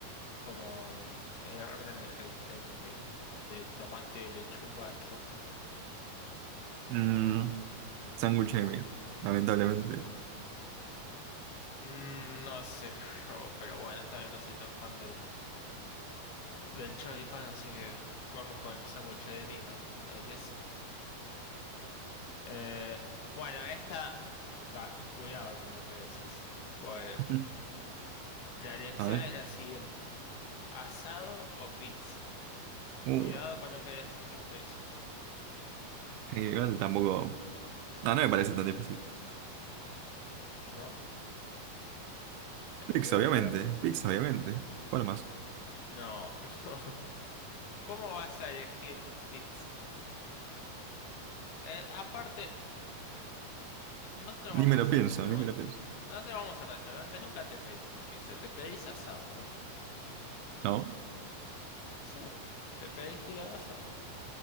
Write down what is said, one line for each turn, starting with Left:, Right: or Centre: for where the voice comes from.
Left: Como el orden de que tienen lo que... De tomate, lechuga, choclo.
Right: Mm, sándwich de miel, lamentablemente.
Left: Mm, no sé yo, pero bueno, esta vez no soy tan fan del, del choripán, así que vamos con el sándwich de miga, I guess. Eh, bueno, esta, ca- cuidado con lo que decís, pues
Right: <laughs>
Left: la elección
Right: A ver.
Left: es la siguiente, asado o pizza.
Right: Uh,
Left: Cuidado con lo que decís, ya te aviso.
Right: sí, igual tampoco. No, no me parece tan difícil.
Left: No,
Right: Pix,
Left: espero
Right: obviamente.
Left: que para bien.
Right: Pix, obviamente. ¿Cuál más?
Left: No, <laughs> no. ¿Cómo vas a elegir pizza? Eh, aparte, nosotros
Right: Ni
Left: vamos
Right: me lo pienso,
Left: a restaurantes.
Right: ni me lo pienso.
Left: Nosotros vamos a restaurantes, nunca te pedís una pizza, te pedís asado, ¿o no?
Right: No,
Left: Sí, te pediste tiradazo.